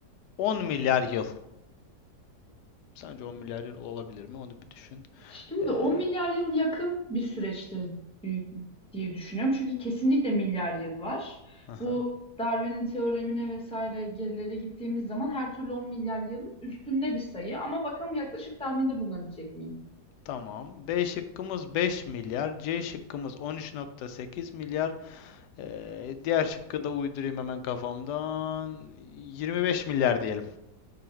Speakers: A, on the left; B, in the centre.
A: 10 milyar yıl. Sence 10 milyar yıl olabilir mi? Onu bir düşün.
B: Şimdi
A: Ee,
B: 10 milyar yıl yakın bir süreçtir di- diye düşünüyorum. Çünkü kesinlikle milyar yıl var.
A: aha.
B: Bu Darwin'in teoremine vesaire gerilere gittiğimiz zaman her türlü 10 milyar yılın üstünde bir sayı. Ama bakalım yaklaşık tahminde bulunabilecek miyim?
A: Tamam. B şıkkımız 5 milyar. C şıkkımız 13.8 milyar. Ee, diğer şıkkı da uydurayım hemen kafamdan. 25 milyar diyelim.